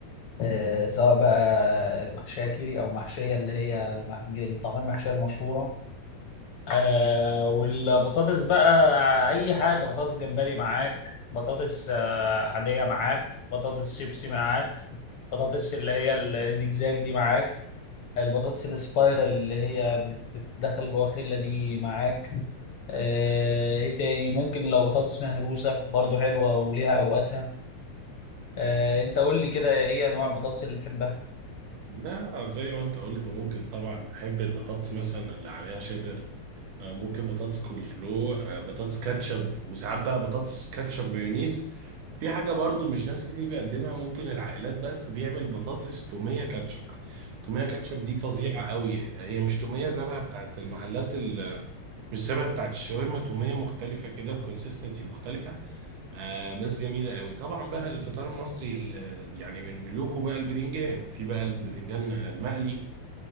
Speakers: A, on the left (about 55°); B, on the right (about 85°).
A: آه سواء بقى محشية كيري أو محشية اللي هي الم- الطعمية المحشية المشهورة آه والبطاطس بقى اي حاجه بطاطس جمبري معاك بطاطس آه عاديه معاك بطاطس شيبسي معاك بطاطس اللي هي الزجزاج دي معاك البطاطس السبايرال اللي هي بت- بتدخل جوه خله دي معاك آه، ايه تاني ممكن لو بطاطس مهروسة برضو حلوة وليها اوقاتها آه، انت قول لي كده ايه انواع البطاطس اللي تحبها
B: لا زي ما انت قلت ممكن طبعا بحب البطاطس مثلا اللي عليها شيدر آه، ممكن بطاطس كول سلو آه، بطاطس كاتشب وساعات بقى بطاطس كاتشب مايونيز في حاجة برضو مش ناس كتير بيقدمها ممكن العائلات بس بيعمل بطاطس تومية كاتشب تومية كاتشب دي فظيعة قوي هي مش تومية زبها بتاعت المحلات ال مش شبه بتاعت الشاورما تومية مختلفة كده بكونسيستنسي مختلفة آه بس جميلة قوي طبعا بقى الفطار المصري ال- يعني من ملوكه بقى البتنجان في بقى البتنجان المقلي